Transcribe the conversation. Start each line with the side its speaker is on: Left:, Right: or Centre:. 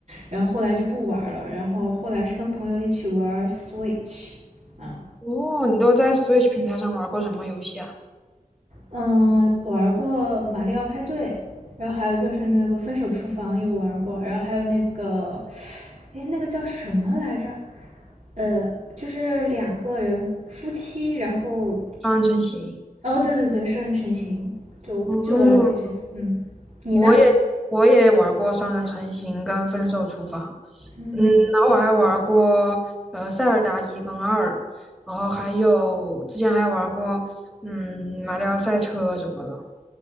Right: 然后后来就不玩了，然后后来是跟朋友一起玩 Switch，啊。
Centre: 哦，你都在 Switch 平台上玩过什么游戏啊？
Right: 嗯，玩过《马里奥派对》，然后还有就是那个《分手厨房》有玩过，然后还有那个，哎，那个叫什么来着？呃，就是两个人夫妻，然后，
Centre: 双人成行。
Right: 哦，对对对，双人成行，就就玩过这些。
Centre: 嗯，
Right: 嗯，你呢？
Centre: 我也我也玩过双人成行跟分手厨房。
Right: 嗯，
Centre: 嗯，然后我还玩过呃塞尔达一跟二，然后还有之前还玩过嗯马里奥赛车什么的。